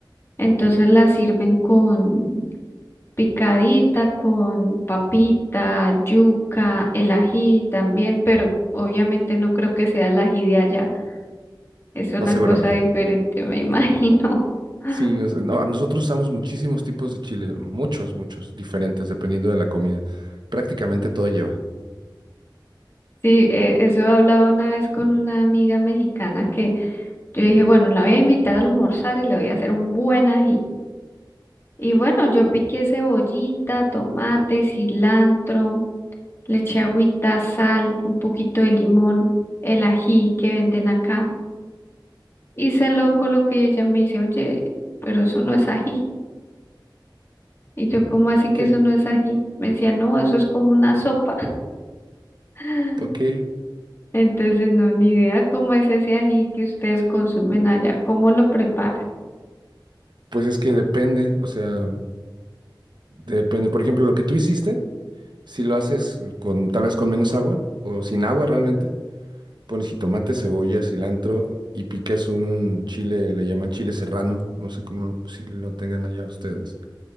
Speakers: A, on the left (about 30°); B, on the right (about 65°).
A: Entonces la sirven con picadita, con papita, yuca, el ají también, pero obviamente no creo que sea el ají de allá. Es una
B: No, seguramente
A: cosa diferente,
B: no.
A: me imagino. <laughs>
B: Sí, nos- no, nosotros usamos muchísimos tipos de chile, muchos, muchos, diferentes, dependiendo de la comida. Prácticamente todo lleva.
A: Sí, eh, eso he hablado una vez con una amiga mexicana que yo dije, bueno, la voy a invitar a almorzar y le voy a hacer un buen ají. Y bueno, yo piqué cebollita, tomate, cilantro, le eché agüita, sal, un poquito de limón, el ají que venden acá. Y se lo coloqué y ella me dice, oye, pero eso no es ají. Y yo, ¿cómo así
B: Ok,
A: que eso no es ají? Me decía, no, eso es como una sopa. <laughs>
B: ok,
A: Entonces, no, ni idea cómo es ese ají que ustedes consumen allá, cómo lo preparan,
B: pues es que depende, o sea, depende. Por ejemplo, lo que tú hiciste, si lo haces con, tal vez con menos agua o sin agua realmente, pones jitomate, cebolla, cilantro y picas un chile, le llaman chile serrano, no sé cómo, si lo tengan allá ustedes.